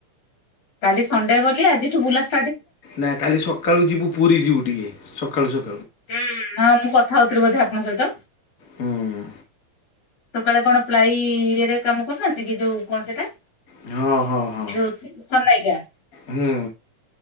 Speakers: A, on the left (about 50°); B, on the left (about 35°).
A: କାଲି ସଣ୍ଡେ ବୋଲି ଆଜିଠୁ ବୁଲାସ
B: ନାଁ କାଲି ସକାଳୁ ଯିବୁ ପୁରୀ ଯିବୁ ଟିକେ ସକାଳୁ ସକା
A: ହୁଁ ହଁ ମୁଁ କଥା ହଉଥିଲି ବୋଧେ ଆପଣଙ୍କ ସହିତ?
B: ହୁଁ।
A: ସକାଳେ କଣ ପ୍ଲାଇ ଇଏରେ କାମ କରୁନାହାନ୍ତି କି ଯୋଉ କଣ ସେଇଟା।
B: ହଁ ହଁ ହଁ
A: ଯୋଉଁ ସଂମୟିକା।
B: ହୁଁ